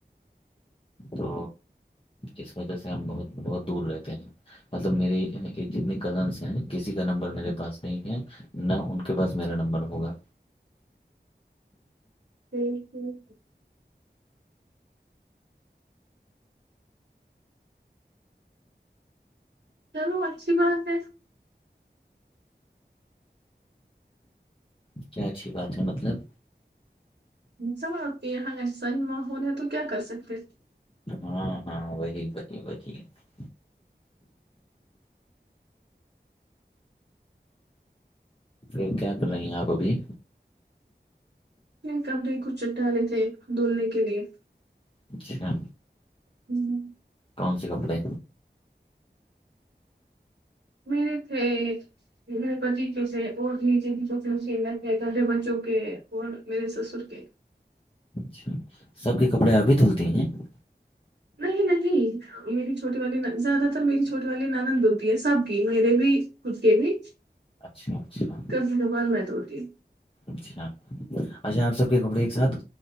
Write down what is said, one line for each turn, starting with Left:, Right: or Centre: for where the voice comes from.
Left: تو اس وجہ سے ہم بہت بہت دور رہتے ہیں مطلب میری جتنے کزنس ہیں کسی کا نمبر میرے پاس نہیں ہے نہ ان کے پاس میرا نمبر ہوگا
Right: ہوں ہوں <inaudible> چلو اچھی بات ہے
Left: کیا اچھی بات ہے مطلب
Right: سب آپ کے یہاں ایسا ہی ماحول ہے تو کیا کر سکتے
Left: ہاں ہاں وہی بی بی <unintelligible> پھر کیا کر رہی ہیں آپ ابھی
Right: کنے کچ چ ڈے تھے دھولنے کے لیے <unintelligible>
Left: اچھا
Right: ہوں <inaudible>
Left: کون سے کپڑے
Right: میرے تھے میرے پتی کی سےے اور ج چ سوچ کہ کرے بچوں کے اور میرے سسر کے <unintelligible>
Left: اچا سب کے کپڑے ابھی دھلتے ہیں <unintelligible>
Right: نہیں نہیں میری چھوٹی والی زیادہ تر میری چھوٹی والی نانند دی ہے سب میرے بھی کتے بھی <unintelligible>
Left: اچھا اچھا
Right: کبھی کبار میں توڑتی
Left: اچھا اچھا آپ سب کے کپڑے ایک ساتھ